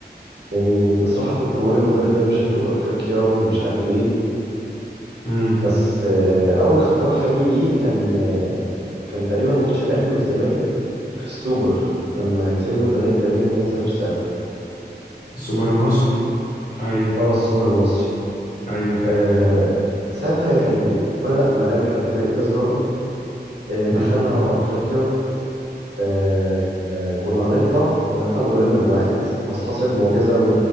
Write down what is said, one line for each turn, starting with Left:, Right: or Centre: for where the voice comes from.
Right: يعني بصراحه كنت بقول المدرب ده مش هياخد افريقيا ومش عارف ايه
Left: امم
Right: بس آه، اول اختبار حقيقي ليه كان آه، كان تقريبا ماتش الاهلي والزمالك في السوبر لما كسبنا الزمالك تقريبا 2-0 ساعتها
Left: سوبر مصري اي
Right: اه السوبر المصري
Left: ايوه فاكر
Right: آه ساعتها يعني بدأ ملامح الفريق تظهر آه دخلنا
Left: امم
Right: على أفريقيا آه آه كنا هنطلع كنا هنطلع من دور المجموعات بس حصلت معجزة و...